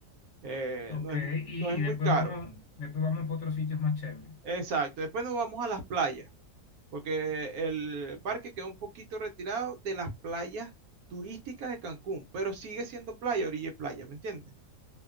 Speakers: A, on the right; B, on the left.
A: Eh,
B: Ok,
A: no es,
B: y,
A: no es
B: y
A: muy
B: después
A: caro.
B: vamos, después vamos para otros sitios más chéveres.
A: Exacto. Después nos vamos a las playas, porque el parque queda un poquito retirado de las playas turísticas de Cancún, pero sigue siendo playa, orilla y playa, ¿me entiendes?